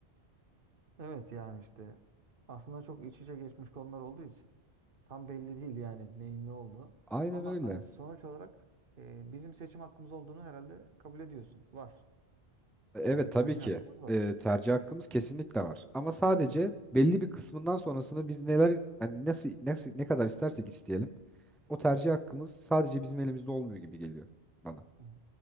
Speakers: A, on the right (about 55°); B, in the centre.
A: Evet yani işte aslında çok iç içe geçmiş konular olduğu için tam belli değil yani neyin ne olduğu.
B: Aynen
A: Ama
B: öyle.
A: hani sonuç olarak e, bizim seçim hakkımız olduğunu herhalde kabul ediyorsun. Var.
B: E, Evet
A: Yani bir
B: tabii
A: tercih
B: ki
A: hakkımız var.
B: e, tercih hakkımız kesinlikle var. Ama sadece
A: Hı hı.
B: belli bir kısmından sonrasını biz neler yani nasıl, nasıl ne kadar istersek isteyelim o tercih hakkımız sadece bizim elimizde olmuyor gibi geliyor bana.
A: Hı hı.